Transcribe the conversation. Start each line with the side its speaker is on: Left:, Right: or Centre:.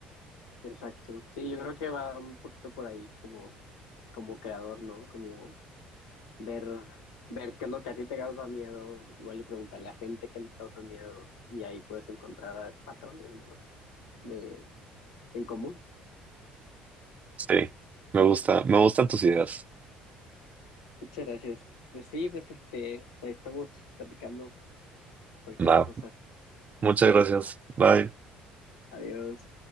Left: exacto. Sí, yo creo que va un poquito por ahí como como creador, ¿no? Como ver, ver qué es lo que a ti te causa miedo, igual y preguntarle a la gente qué les causa miedo, y ahí puedes encontrar patrones, ¿no? De, en común.
Right: Sí, me gusta, me gustan tus ideas.
Left: Muchas gracias. Pues sí, pues este, pues ahí estamos platicando cualquier
Right: Va,
Left: cosa.
Right: muchas gracias. Bye.
Left: Adiós.